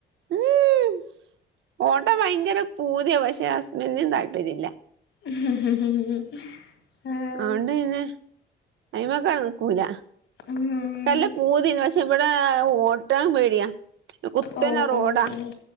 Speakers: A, on the right; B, on the left.
A: ഉം ഓട്ടാൻ ഭയങ്കര പൂതിയ പക്ഷെ ഹസ്ബന്റിന് താല്പര്യയില്ല
B: <unintelligible> <inaudible> ആഹ്
A: ഔടേനെ അയ്മ കട്ക്കൂല.
B: ഉം
A: കല്ലു പൂതിയിണ്ട് പക്ഷെ ഇവ്ടെ ഓട്ടാൻ പേടിയാ ഇത് കുത്തനെ
B: ഓ
A: റോഡാ
B: ഓ ഓ